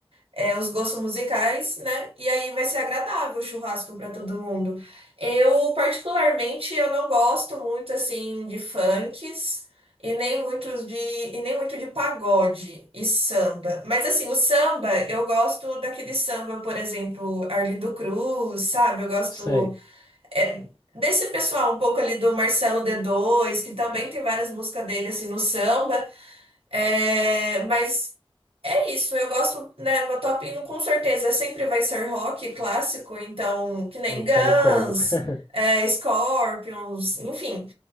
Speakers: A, on the right; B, on the left.
A: é, os gostos musicais, né? E aí vai ser agradável o churrasco para todo mundo. Eu, particularmente, eu não gosto muito assim de funks e nem muito de e nem muito de pagode e samba. Mas assim, o samba, eu gosto daquele samba, por exemplo, Arlindo Cruz, sabe? Eu gosto
B: sei,
A: é, desse pessoal um pouco ali do Marcelo D2, que também tem várias músicas dele assim no samba. É, mas é isso, eu gosto, né? Uma top hino com certeza sempre vai ser rock clássico, então, que nem
B: não
A: Guns,
B: tem como. <laughs>
A: é, Scorpions, enfim.